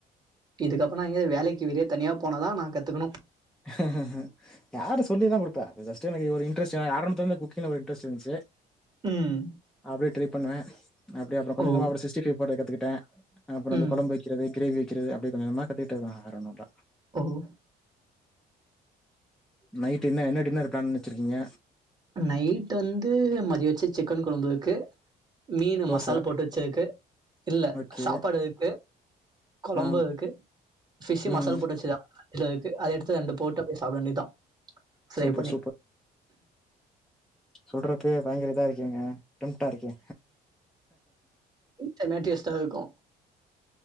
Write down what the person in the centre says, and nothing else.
ஹஹா யாரு சொல்லில்லா குடுப்பா அது ஜஸ்ட்டு எனக்கு ஒரு இன்ட்ரஸ்ட்டு ஏனா ஆரம்பத்துலர்ந்தே குக்கிங்ல ஒரு இன்ட்ரஸ்ட் இர்ந்ச்சு
அப்டியே ட்ரை பண்ணுவே அப்டியே அப்றோ கொஞ்ச
கொஞ்சமா ஒரு சிக்ஸ்டி ஃபை போட கத்துகிட்டே அப்பறோ
அந்த கொழம் வைக்கிறது க்ரேவி வெக்கிறது அப்டியே கொஞ்ச கொஞ்சமா கத்துகிட்டத் தா வேற ஒன்னுல்ல
நைட் என்ன என்ன டின்னர் பிளான் பண்ணி வச்சிருக்கீங்க
தோசை
ஓகே
ஆ
ம்
சூப்பர்
சொல்றப்பயே பயங்கர இதா இருக்கீங்க டெம்ட்டா இருக்கே